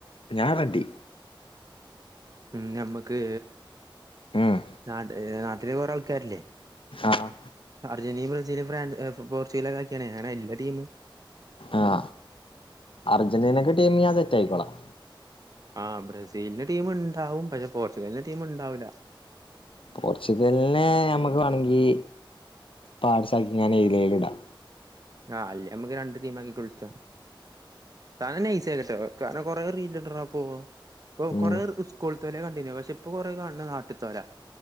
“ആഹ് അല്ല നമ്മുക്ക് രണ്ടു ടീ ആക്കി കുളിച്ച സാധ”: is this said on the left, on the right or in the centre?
Right